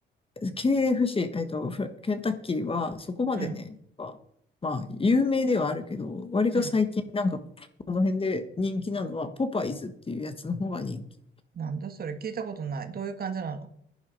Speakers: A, on the left; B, on the right.
A: KFC、えっと、フケンタッキーはそこまでね、
B: うん、
A: まあ、まあ有名ではあるけど、割と最近なんかこの辺で人気なのはポパイズっていうやつの方が人気。
B: うん。なんだそれ聞いたことない。どういう感じなの